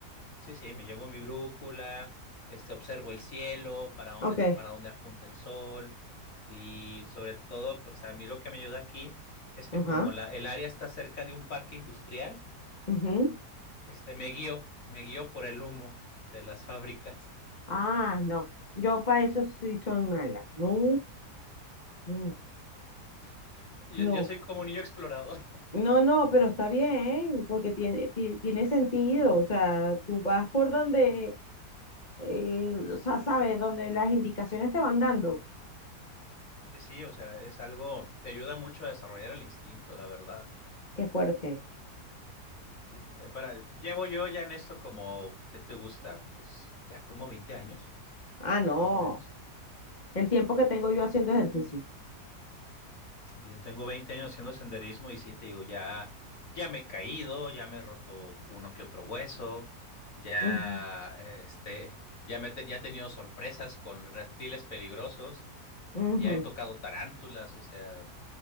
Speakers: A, on the left; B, on the left.
A: Sí, sí, me llevo mi brújula, este, observo el cielo, para dónde,
B: Ok,
A: para dónde apunta el sol y sobre todo, pues a mí lo que me ayuda aquí es que
B: ajá,
A: como la, el área está cerca de un parque industrial,
B: ujú.
A: este, me guío, me guío por el humo de las fábricas.
B: Ah, no. Yo para eso sí soy mala. No, no,
A: <laughs> Yo,
B: no.
A: yo soy como un niño explorador.
B: No, no, pero está bien, porque tiene, ti- tiene sentido. O sea, tú vas por donde, eh, o sea, sabes, donde las indicaciones te van dando.
A: Sí, sí, o sea, es algo, te ayuda mucho a desarrollar el instinto, la verdad.
B: Qué fuerte.
A: Sí, eh, para, llevo yo ya en esto como, ¿qué te gusta? Pues ya como 20 años,
B: Ah, no.
A: más o menos.
B: El tiempo que tengo yo haciendo ejercicio.
A: Y Yo tengo 20 años haciendo senderismo y sí, te digo, ya, ya me he caído, ya me he roto uno que otro hueso, ya,
B: Ujú,
A: eh, este, ya me, te- ya he tenido sorpresas con reptiles peligrosos,
B: ujú.
A: ya he tocado tarántulas, o sea,